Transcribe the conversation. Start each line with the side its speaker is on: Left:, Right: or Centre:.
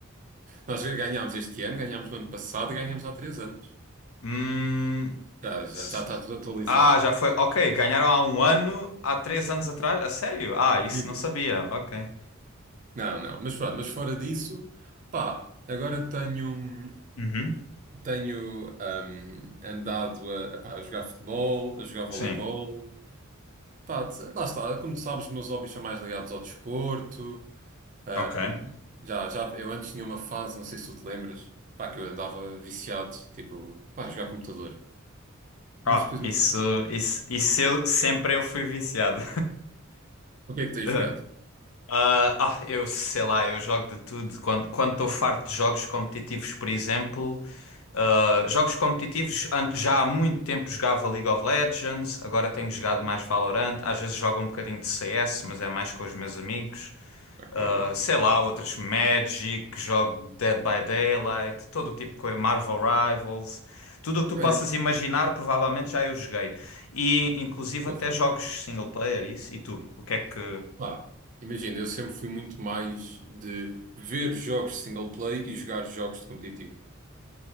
Right: Nós ganhámos este ano, ganhámos no ano passado, ganhámos há três anos.
Left: Hum,
Right: Já, já,
Left: s-
Right: já está tudo atualizado.
Left: ah, já foi. Ok, ganharam há um ano, há três anos atrás. A sério? Ah, isso
Right: Uhum.
Left: não sabia. Ok.
Right: Não, não, mas pronto, mas fora disso, pá, agora tenho,
Left: Uhum,
Right: tenho hum, andado a, pá, a jogar futebol, a jogar voleibol,
Left: Sim,
Right: pá, lá está, como tu sabes, os meus hobbies são mais ligados ao desporto, hum,
Left: ok.
Right: já, já, eu antes tinha uma fase, não sei se tu te lembras, pá, que eu andava viciado, tipo, pá, a jogar computador, mas
Left: Ah,
Right: depois,
Left: isso,
Right: uma pessoa-
Left: isso, isso eu, sempre eu fui viciado.
Right: o que é que tens
Left: <laughs>
Right: jogado?
Left: ah, ah, eu sei lá, eu jogo de tudo. Quando quando estou farto de jogos competitivos, por exemplo, ah, jogos competitivos, antes, já há muito tempo jogava League of Legends, agora tenho jogado
Right: Ok,
Left: mais Valorant. Às vezes jogo um bocadinho de CS, mas é mais com os meus amigos.
Right: ok,
Left: Ah, sei lá, outras Magic, jogo Dead by Daylight, todo o tipo de coisa, Marvel Rivals. Tudo o que tu
Right: Olha,
Left: possas imaginar, provavelmente já eu joguei. E inclusive
Right: Pois,
Left: até jogos single player, isso. E tu? O que é que.
Right: Lá, imagina, eu sempre fui muito mais de ver jogos de single play e jogar jogos de competitivo.